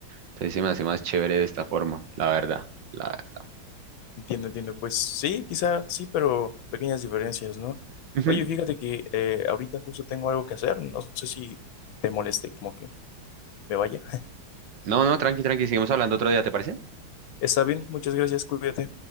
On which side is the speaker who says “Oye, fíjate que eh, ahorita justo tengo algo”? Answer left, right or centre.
Left